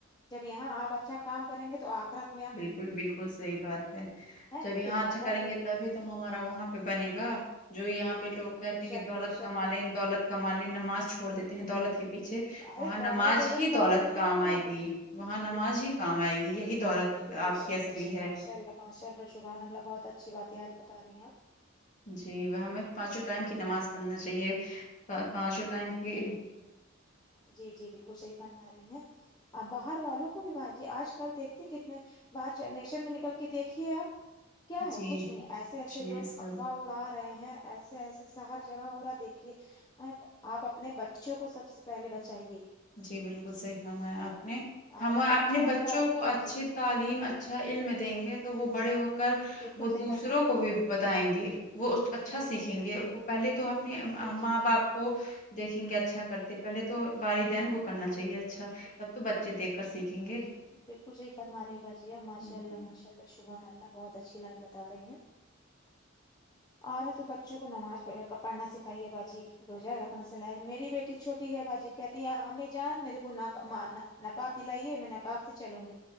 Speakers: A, on the left; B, on the left.
A: جب یہاں آپ اچھا کام کریں گے تو آخیرت
B: بالکل بالکل صحیح بات ہے
A: ہے
B: جب یہاں
A: تو زیادہ
B: اچھا کریں
A: سے
B: گے تبھی تو ہمارا وہاں پہ بنے گا
A: بل
B: جو یہاں
A: جی
B: پہ
A: جی
B: لوگ کہتے
A: بے
B: ہیں
A: شک
B: کہ دولت
A: بے شک
B: کما
A: بے
B: لے دولت کما لے نماز چھوڑ دیتے ہیں دولت کی پیچھے
A: ارے
B: وہاں نماز
A: دولت
B: ہی دولت
A: نہیں
B: کام
A: آنے والی
B: آئے گی وہاں نماز
A: بالکل
B: ہی کام آئے گی یہی دولت
A: بالکل بے
B: آپ
A: شک
B: کی اصلی
A: بے شک
B: ہے
A: ماشاء اللہ ماشاء اللہ سبحان اللہ بہت اچھی بات ہے آج بتا رہی ہیں آپ
B: جی ہمیں پانچوں ٹائم کی نماز پڑھنا چاہیے پانچوں ٹائم کی
A: جی جی بلکل صحیح فرما رہی ہیں آپ باہر والوں کو بھی جی آج کل دیکھتی کتنے باہر جنریشن میں نکل کے دیکھیے آپ کیا ہے
B: جی
A: کچھ نہیں ایسے ایسے
B: نہیں
A: لوگ
B: سب
A: افواہ اڑا رہے ہیں ایسے ایسے سا ہر جگہ ہو رہا دیکھیے آپ اپنے بچوں کو سبسے پہلے بچائیے
B: جی بالکل صحیح فرمایا آپ نے ہم
A: آپ نے
B: اپنے
A: کو
B: بچوں
A: تعلیم
B: کو اچھی
A: دیجیے
B: تعلیم اچ اچھا علم دیں گے تو وہ
A: دیں
B: بڑے ہو
A: گے
B: کر
A: بالکل
B: وہ
A: صحیح
B: دوسروں
A: فرما رہے
B: کو
A: ہیں
B: بھی بتائیں گے وہ
A: بالکل
B: اچھا
A: صحیح
B: سیکھیں
A: فرما
B: گے
A: رہے
B: وہ
A: ہیں
B: پہلے تو اپنے
A: جی
B: ماں
A: جی جی
B: باپ کو دیکھیں گے اچھا کرتے پہلے تو
A: جی
B: والدین کو کرنا چاہیے اچھا
A: جی
B: تو بچے دیکھ کر سیکھیں گے
A: بالکل صحیح فرما رہی ہیں باجی آپ ماشاء
B: جی
A: اللہ ماشاء اللہ شبحان اللہ بہت اچھی لائن بتا رہی ہیں اور ہے تو بچوں کو نماز پڑ پڑھنا سکھائیے باجی روزہ رکھنا صلاح ہے میری بیٹی چھوٹی ہے باجی کہتی ہیں امی جان میرے کو نہ ماننا نقاب دلائیے میں نقاب سے چلوں گی